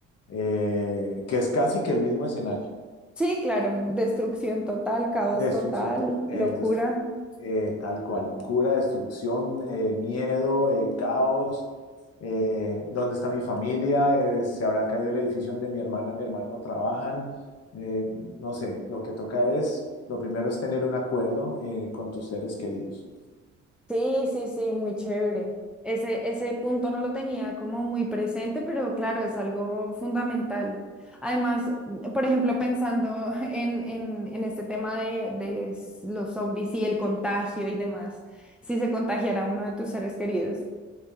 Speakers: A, on the left; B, in the centre.
A: eh, que es casi que el mismo escenario.
B: Sí, claro, destrucción total, caos
A: Destrucción
B: total,
A: total, eh,
B: locura.
A: destru- eh, tal cual, locura, destrucción, eh, miedo, eh, caos. eh, ¿dónde está mi familia? Eh, ¿se habrá caído el edificio donde mi hermana, mi hermano trabajan? Eh, no sé, lo que toca es, lo primero es tener un acuerdo eh, con tus seres queridos.
B: Sí, sí, sí, muy chévere. Ese, ese punto no lo tenía como muy presente, pero claro, es algo fundamental. Además, por ejemplo, pensando <laughs> en, en- en este tema de, de s- los zombies y el contagio y demás, si se contagiara uno de tus seres queridos.